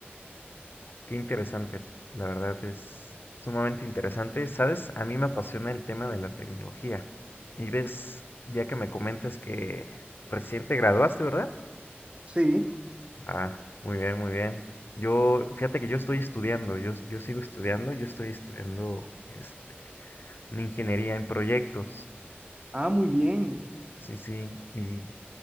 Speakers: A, on the left; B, on the right.
A: Qué interesante, la verdad es sumamente interesante. Sabes, a mí me apasiona el tema de la tecnología. Y ves, ya que me comentas que recién te graduaste, ¿verdad?
B: Sí,
A: Ah, muy bien, muy bien. Yo, fíjate que yo estoy estudiando, yo, yo sigo estudiando, yo estoy estudiando este, una ingeniería en proyectos.
B: ah, muy bien.
A: Sí, sí. Y